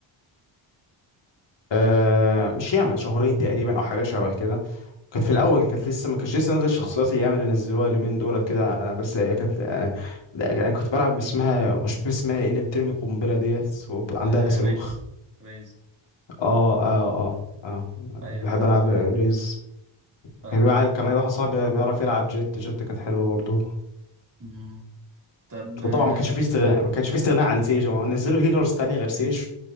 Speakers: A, on the left (about 60°); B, on the right (about 40°).
A: آه مش ياما شهرين تقريبا او حاجه شبه كده كانت في الاول كانت لسه ما كانتش لسه نازله الشخصيات الياما اللي نزلوها اليومين دولت كده أنا بس هي كانت انا لا، انا كنت بلعب باسمها
B: مم.
A: مش فاكر اسمها ايه اللي بترمي قنبله ديت وعندها
B: آه
A: صاروخ
B: ريز ريز
A: اه اه اه اه
B: ايوه
A: بحب
B: ايوه
A: العب ريز
B: فاهمك
A: كان في واحد-
B: أيوة.
A: كان معايا واحد صاحبي بيعرف يلعب جيت جيت كانت حلوه برضه
B: مم. طب آه،
A: وطبعا ما كانش فيه استغناء ما كانش فيه استغناء عن سيج هم نزلوا هيلرز تانية غير سيج